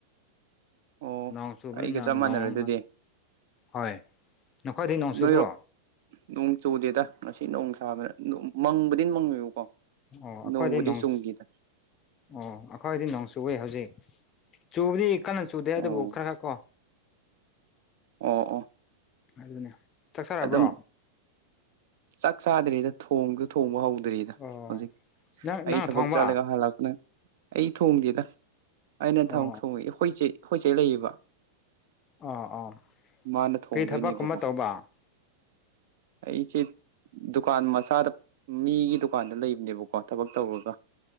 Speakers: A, on the right (about 55°); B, on the left (about 20°).
A: ꯑꯣ
B: ꯅꯣꯡ ꯆꯨꯕꯅꯤꯅ
A: ꯑꯩꯒ ꯆꯞ ꯃꯥꯟꯅꯔꯦ
B: ꯅꯣꯡ
A: ꯑꯗꯨꯗꯤ
B: ꯍꯣꯏ ꯅꯈꯣꯏꯗꯤ ꯅꯣꯡ ꯆꯨꯕꯣ꯫
A: ꯅꯣꯏꯔꯣ ꯅꯣꯡ ꯆꯨꯗꯦꯗ ꯉꯁꯤ ꯅꯣꯡ ꯁꯥꯕꯅ ꯃꯪꯕꯗꯤ ꯃꯪꯉꯦꯕꯀꯣ꯫
B: ꯑꯣ ꯑꯩꯈꯣꯏꯗꯤ
A: ꯅꯣꯡꯕꯨꯗꯤ
B: ꯅꯣꯡꯁ
A: ꯆꯨꯝꯈꯤꯗ
B: ꯑꯣ ꯑꯩꯈꯣꯏꯗꯤ ꯅꯣꯡ ꯆꯨꯋꯦ ꯍꯧꯖꯤꯛ ꯆꯨꯕꯗꯤ ꯀꯟꯅ ꯆꯨꯗꯦ ꯑꯗꯨꯕꯨ
A: ꯑꯣ
B: ꯈꯔ ꯈꯔ ꯀꯣ
A: ꯑꯣ ꯑꯣ꯫
B: ꯑꯗꯨꯅꯦ ꯆꯥꯛ ꯆꯔꯕ꯭ꯔꯣ꯫
A: ꯑꯗꯨꯝ ꯆꯥꯛ ꯆꯥꯗ꯭ꯔꯤꯗ ꯊꯣꯡꯁꯨ ꯊꯣꯡꯕ ꯍꯧꯗ꯭ꯔꯤꯗ
B: ꯑꯣ
A: ꯍꯧꯖꯤꯛ
B: ꯅꯪ
A: ꯑꯩ
B: ꯅꯪꯅ
A: ꯊꯕꯛ
B: ꯊꯣꯡꯕ
A: ꯆꯠꯂꯦꯒ ꯍꯥꯟ ꯂꯥꯛꯄꯅꯦ꯫ ꯑꯩ ꯊꯣꯡꯗꯦꯗ ꯑꯩꯅ
B: ꯑꯣ
A: ꯊꯥꯡ ꯊꯣꯡꯉ ꯍꯣꯏꯆꯦ ꯍꯣꯏꯆꯦ ꯂꯩꯌꯦꯕ꯫
B: ꯑꯣ ꯑꯣ
A: ꯃꯥꯅ ꯊꯣꯡꯗꯣꯏꯅꯦꯕꯀꯣ꯫
B: ꯀꯔꯤ ꯊꯕꯛꯀꯨꯝꯕ ꯇꯧꯕ
A: ꯑꯩ ꯆꯤꯠ꯫ ꯗꯨꯀꯥꯟ ꯃꯆꯥꯗ ꯃꯤꯒꯤ ꯗꯨꯀꯥꯟꯗ ꯂꯩꯕꯅꯦꯕꯀꯣ ꯊꯕꯛ ꯇꯧꯔꯒ꯫